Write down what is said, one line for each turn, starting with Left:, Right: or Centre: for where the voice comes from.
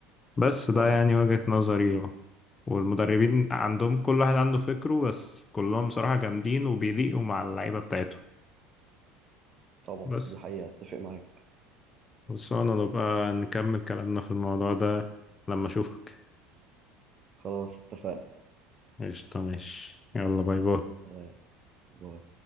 Left: بس ده
Right: طبعا
Left: يعني وجهة نظري والمدربين عندهم كل واحد عنده فكره بس كلهم صراحة جامدين وبيليقوا مع اللعيبة بتاعتهم
Right: طبعا
Left: بس
Right: دي حقيقه اتفق معاك
Left: بس انا نبقى نكمل كلامنا في الموضوع ده لما اشوفك
Right: خلاص اتفقنا
Left: قشطة ماشي يلا باي باي
Right: آه، باي.